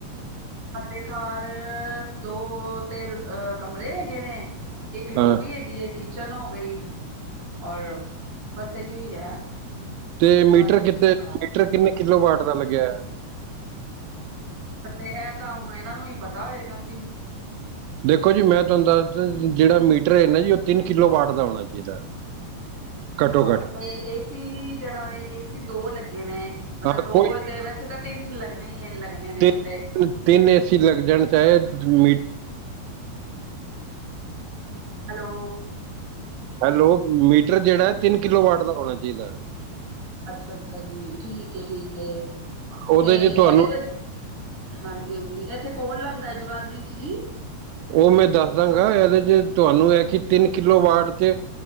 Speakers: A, on the right; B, on the right.
A: ਸਾਡੇ ਘਰ ਦੋ ਤੇ ਕਮਰੇ ਹੈਗੇ ਨੇ ਇੱਕ ਲੋਬੀ
B: ਹਾਂ
A: ਹੈਗੀ ਹੈ ਕਿਚਨ ਹੋ ਗਈ ਔਰ ਬਸ ਇਹੀ ਹੀ ਹੈ
B: ਤੇ
A: ਪਤਾ
B: ਮੀਟਰ
A: ਹਾਲੇ ਕੁਛ
B: ਕਿੱਤੇ
A: ਨੀ
B: ਮੀਟਰ
A: ਬਣਾਇਆ
B: ਕਿੰਨੇ ਕਿਲੋ ਵਾਟ ਦਾ ਲੱਗਿਆ ਆ
A: ਤੇ ਇਹ ਤਾਂ ਹੁਣ ਇਹਨਾਂ ਨੂੰ ਹੀ ਪਤਾ ਹੋਏਗਾ ਜੀ
B: ਦੇਖੋ ਜੀ, ਮੈਂ ਤੁਹਾਨੂੰ ਦੱਸਦਾ ਜਿਹੜਾ ਮੀਟਰ ਹੈ ਨਾ ਜੀ ਉਹ ਤਿੰਨ ਕਿਲੋ ਵਾਟ ਦਾ ਹੋਣਾ ਚਾਹੀਦਾ। ਘੱਟੋ
A: ਹਾਂ
B: ਘੱਟ
A: ਤੇ ਏਸੀ ਜਿਹੜਾ ਵੇ ਏਸੀ ਦੋ ਲੱਗੇ ਨੇ ਮੱਤਲਬ
B: ਹਾਂ
A: ਦੋ
B: ਕੋਈ
A: ਤੇ ਵੈਸੇ ਤਾਂ ਤਿੰਨ ਲੱਗਣੇ ਈ ਲੱਗਣੇ ਨੇ
B: ਤਿੰਨ
A: ਉੱਥੇ
B: ਤਿੰਨ ਏਸੀ ਲੱਗ ਜਾਣ ਚਾਹੇ ਮੀਟਰ
A: ਹੈਲੋ
B: ਹੈਲੋ ਮੀਟਰ ਜਿਹੜਾ ਤਿੰਨ ਕਿਲੋ ਵਾਟ ਦਾ ਹੋਣਾ ਚਾਹੀਦਾ।
A: ਅੱਛਾ ਅੱਛਾ ਜੀ ਠੀਕ ਹੈ ਠੀਕ ਹੈ
B: ਉਹਦੇ
A: ਤੇ
B: 'ਚ
A: ਇਹਦੇ
B: ਤੁਹਾਨੂੰ
A: ਵਿੱਚ ਹਾਂਜੀ ਹਾਂਜੀ ਇੱਥੇ ਕੌਣ ਲਾਉਂਦਾ ਹੈ ਜੁਗਾਦਰੀ ਚ ਜੀ
B: ਉਹ ਮੈਂ ਦੱਸ ਦਾਂਗਾ ਇਹਦੇ ਚ ਤੁਹਾਨੂੰ ਹੈ ਕਿ ਤਿੰਨ ਕਿੱਲੋ ਵਾਡ ਤੇ